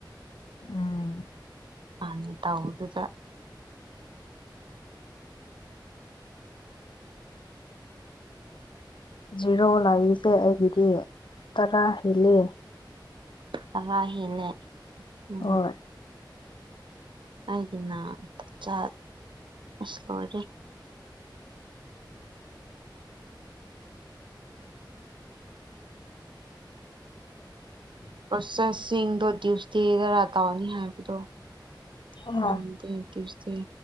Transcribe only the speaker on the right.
ꯑꯅ ꯇꯧꯗꯨꯗ
ꯇꯋꯥ ꯍꯅꯦ ꯎꯝ
ꯑꯩꯒꯤꯅ ꯆ ꯆ ꯑꯁ ꯇ ꯑꯣꯏꯔꯦ ꯄ꯭ꯔꯣꯁꯦꯁꯁꯤꯡꯗꯣ ꯗ꯭ꯌꯨꯁꯗꯦꯗꯔꯥ ꯇꯧꯅꯤ ꯍꯥꯏꯕꯗꯣ
ꯃꯗꯤ ꯀꯁꯦ